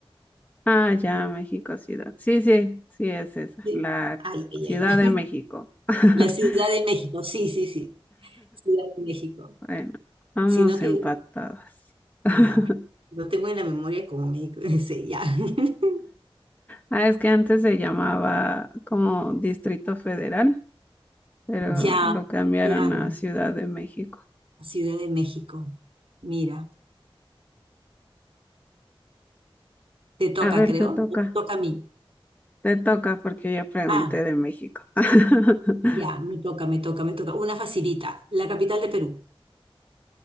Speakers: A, on the left (about 15°); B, on the right (about 70°).
A: ah, ya, México Ciudad. Sí, sí, sí es esa,
B: ¿Sí?
A: la
B: Ay, ay,
A: Ciudad
B: ay, ay. <laughs>
A: de México. <laughs>
B: La Ciudad de México, sí, sí, sí. Ciudad de México.
A: Bueno, vamos
B: Sino que,
A: empatadas. <laughs>
B: ya, Lo tengo en la memoria como México D. C. ya. <laughs>
A: Ah, es que antes se llamaba como Distrito Federal, pero
B: ya,
A: lo cambiaron
B: claro,
A: a Ciudad de México.
B: Ciudad de México. Mira, te toca,
A: A ver,
B: creo.
A: te toca,
B: Me toca a mí.
A: te toca porque ya pregunté
B: Ah,
A: de México. <laughs>
B: ya, me toca, me toca, me toca. Una facilita, la capital de Perú.